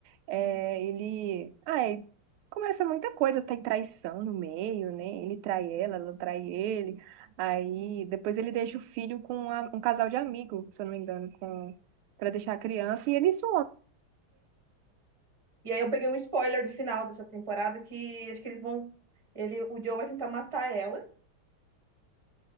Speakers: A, on the right; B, on the right.
A: é, ele. ai começa muita coisa, tem traição no meio, né? Ele trai ela, ela trai ele. Aí depois ele deixa o filho com uma- um casal de amigo, se eu não me engano, com, pra deixar a criança, e ele some.
B: E aí, eu peguei um spoiler do final dessa temporada que acho que eles vão. Ele... O Joe vai tentar matar ela.